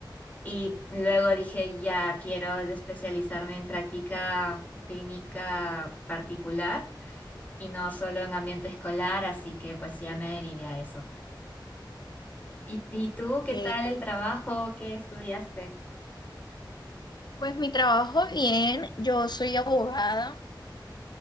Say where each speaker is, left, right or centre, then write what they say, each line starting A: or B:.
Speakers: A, on the left; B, on the left.
A: y luego dije, ya quiero especializarme en práctica clínica particular y no solo en ambiente escolar, así que pues ya me derivé a eso. ¿Y, y tú
B: Ok.
A: qué tal el trabajo? que estudiaste?
B: Pues mi trabajo bien, yo soy abogada,